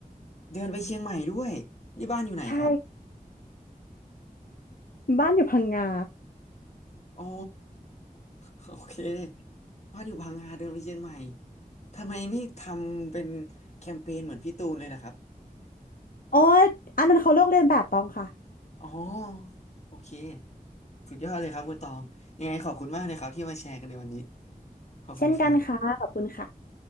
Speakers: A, on the left; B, on the left.
A: เดินไปเชียงใหม่ด้วยนี่บ้านอยู่ไหนครับ
B: ใช่บ้านอยู่พังงา
A: อ๋อ <laughs> โอเคบ้านอยู่พังงาเดินไปเชียงใหม่ทำไมไม่ทำเป็นแคมเปญเหมือนพี่ตูนเลยล่ะครับ
B: โอ้อันนั้นเขาเลือกเรียนแบบตองค่ะ
A: <laughs> อ๋อโอเคสุดยอดเลยครับคุณตองยังไงขอบคุณมากเลยครับที่มาแชร์กันในวันนี้ขอบคุณครับ
B: เช่นกันค่ะขอบคุณค่ะ